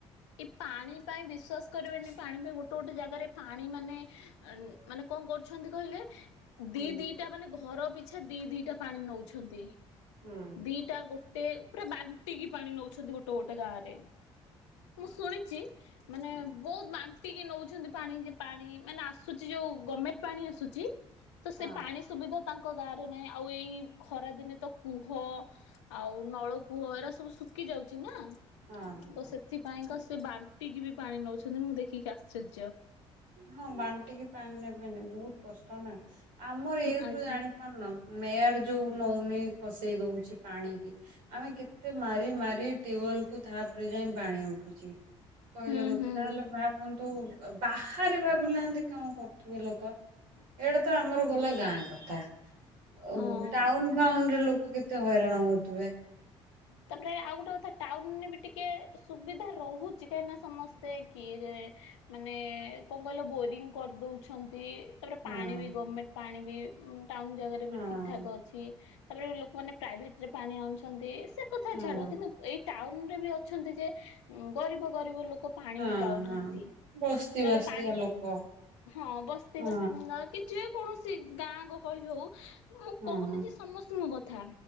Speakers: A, on the left; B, on the right.
A: ଏ ପାଣି ପାଇଁ ବିଶ୍ଵାସ କରିବେନି ପାଣି ପାଇଁ ଗୋଟେ ଗୋଟେ ଜାଗାରେ ପାଣି ମାନେ, ଅ ମାନେ କଣ କରୁଛନ୍ତି କହିଲେ
B: ହୁଁ।
A: ଦି ଦିଟା ମାନେ ଘ ଘର ପିଛା ଦି ଦିଟା ପାଣି ନଉଛନ୍ତି
B: ହଁ
A: ଦିଟା ଗୋ ଟେ ପୁରା ବାଣ୍ଟିକି ପାଣି ନଉଛନ୍ତି ଗୋଟେ ଗୋଟେ ଗାଁ ରେ। ମୁଁ ଶୁଣିଛି ମାନେ ବହୁତ ବାଣ୍ଟିକି ନଉଛନ୍ତି ପାଣି ଯେ ପାଣି ମାନେ ଆସୁଛି ଯୋଉ ଗମେଣ୍ଟ ପାଣି ଆସୁଛି ତ ସେ
B: ହଁ
A: ପାଣି ସୁବିଧା ତାଙ୍କ ଗାଁ ରେ ନାହିଁ ଆଉ ଏଇ ଖରା ଦିନେ ତ କୂହ ଆଉ ନଳ କୂହ ଏରା ସ ବୁ ଶୁକିଯାଉଛି ନା
B: ହଁ
A: ତ ସେ ଥିପାଇଁକା ସେ ବାଣ୍ଟିକି ବି ପାଣି ନଉଛନ୍ତି ମୁଁ ଦେଖିକି ଆଶ୍ଚର୍ଯ୍ୟ।
B: ହଁ ବାଣ୍ଟିକି ପାଣି ନେବେନି ବହୁତ କଷ୍ଟ ନା। ଆମର
A: ହୁଁ
B: ଏଇଥିରୁ
A: ଆଜ୍ଞା
B: ଜାଣି ପାରୁନ ମେୟାର ଯୋଉ ନଉନି ଖସେଇ ଦଉଛି ପାଣି କି ଆମେ କେତେ ମାରି ମାରି ଟ୍ୟୁବ୍ ବଲ୍ କୁ ତା ଉପରେ ଯାଇଁ ପାଣି ଉଠୁଛି, କହିଲେ
A: ହୁଁ
B: ମତେ
A: ହୁଁ
B: ତାହେଲେ ଭାବନ୍ତୁ ବାହା ରେ ଭାବୁନାହାନ୍ତି କଣ କରୁଥିବେ ଲୋକ? ଏଇଟା ତ ଆମର
A: ଆଜ୍ଞା
B: ଗଲା ଗାଁ କଥା ଅ
A: ହଁ।
B: ଟାଉନ ଫାଉନରେ ଲୋ କ କେତେ ହଇରାଣ ହଉଥିବେ?
A: ତାପରେ ଆଉ ଗୋଟେ କଥା ଟାଉନରେ ବି ଟିକେ ସୁବିଧା ରହୁ ଛି କାହିଁକି ନା ସମସ୍ତେ କିଏ ଯେ ମାନେ କଣ କହିଲ ବୋରିଂ କରିଦଉଛନ୍ତ ନ୍ତି ତାପରେ
B: ହଁ
A: ପାଣି ବି ଗଭର୍ଣମେଣ୍ଟ ପାଣି ବି ଟାଉନ ଜାଗାରେ
B: ହଁ
A: ବି ଠିକ ଠାକ ଅଛି। ତାପରେ ଲୋକମାନେ ପ୍ରାଇଭେଟରେ ପାଣି ଆଣୁଛନ୍ତି ସେ କଥା
B: ହଁ
A: ଛାଡ କିନ୍ତୁ ଏଇ ଟାଉନରେ ବି ଅଛନ୍ତି ଯେ ଉଁ ଗରିବ ଗରିବ ଲୋକ ପାଣି
B: ହଁ
A: ବି ପାଉନାହାନ୍ତି
B: ହଁ। ବସ୍ତି
A: ତାରେ
B: ବାସ୍ତିଆ
A: ପାଣି
B: ଲୋକ
A: ପା ହଁ ବସ୍ତି
B: ହଁ
A: ବାସିନ୍ଦା ହଉ କି ଯିଏ କୌଣସି ଗାଁ ଗହଳି ହଉ ମୁଁ
B: ହଁ
A: କହୁନି ଯେ ସମସ୍ତଙ୍କ କଥା